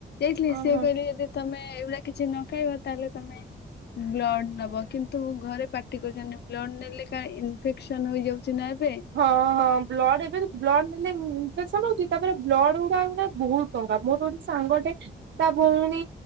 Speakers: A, on the left; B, on the right.
A: ଯାଇଥିଲି
B: ଓହୋ
A: ସିଏ କହିଲେ ଯଦି ତମେ ଏଇଭଳିଆ କିଛି ନ ଖାଇବ ତାହେଲେ ତମେ ବ୍ଲଡ ନବ କିନ୍ତୁ ଘରେ ପାଟି କରୁଚନ୍ତି ବ୍ଲଡ଼ ନେଲେ କାଳେ ଇନଫେକ୍ସନ ହୋଇଯାଉଚି ନା ଏ ବେ।
B: ହଁ। ହଁ, ବ୍ଲଡ଼ ଏବେ ବ୍ଲଡ ନେଲେ ଇନଫେକ୍ସନ ହଉଚି ତାପରେ ବ୍ଲଡ ଗୁଡା ଏଇନା ବହୁତ୍ ଟଙ୍କା ମୋର ଗୋଟେ ସାଙ୍ଗେ ଟେ ତା ଭଉଣୀ